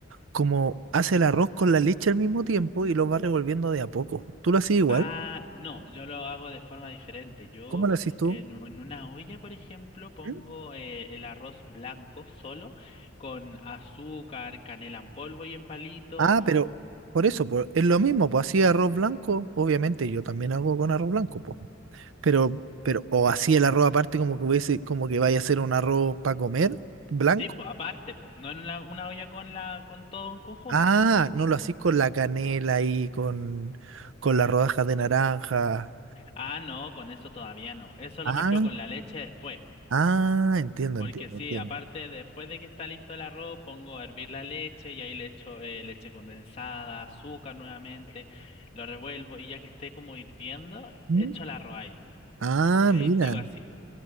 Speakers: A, on the right; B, on the left.
A: como hace el arroz con la leche al mismo tiempo y lo va revolviendo de a poco. ¿Tú lo hacías igual?
B: Ah, no, yo lo hago de forma diferente. Yo
A: ¿Cómo lo hacías tú?
B: en, en una olla, por ejemplo, pongo
A: ¿Mm?
B: eh, el arroz blanco solo con azúcar, canela en polvo y en palito.
A: Ah, pero por eso, por- es lo mismo, pues hacía arroz blanco, obviamente yo también hago con arroz blanco, pues. Pero, pero, o así el arroz aparte como que hubiese, como que vaya a ser un arroz para comer, blanco.
B: Sí, pues aparte, pues, no en la- una olla con la con todo en conjunto.
A: Ah, no lo hacís con la canela y con, con las rodajas de naranja.
B: Ah, no, con eso todavía no. Eso
A: Ah,
B: lo mezclo con la leche después.
A: ah, entiendo,
B: Porque
A: entiendo,
B: sí,
A: entiendo.
B: aparte, después de que está listo el arroz, pongo a hervir la leche y ahí le echo eh, leche condensada, azúcar nuevamente, lo revuelvo y ya que esté como hirviendo,
A: ¿Mm?
B: echo el arroz ahí.
A: Ah,
B: Y ahí
A: mira.
B: sigo así.